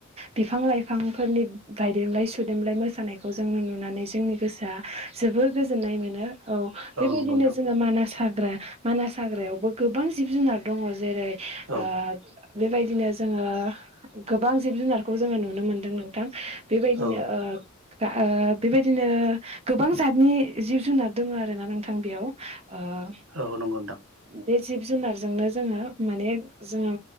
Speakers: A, on the right (about 30°); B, on the right (about 85°).
A: बिफां लाइफांफोरनि बायदेमलाय सुदेलाय मोसा सानायखौ जोङो नुनानै जोंनि गोसोआ जोबोर गोजोननाय मोनो औ बेबायदिनो
B: नंगौ नोंथां
A: जोङो मानास हा ग्रा मानास हाग्रायावबो गोबां जिब जुनार दङ' जेरै
B: औ
A: ओ बेबायदिनो जोङो गोबां जिब जुनारखौ जोङो नुनो मोनदों नोंथां बेबायदिनो
B: औ
A: ओ दा ओ बेबायदिनो गोबां जादनि जिब जुनाद दं आरोना नोंथां बेयाव ओ
B: औ नंगौन्दां
A: बे जिब जुनारजोंनो जोङो माने जोङो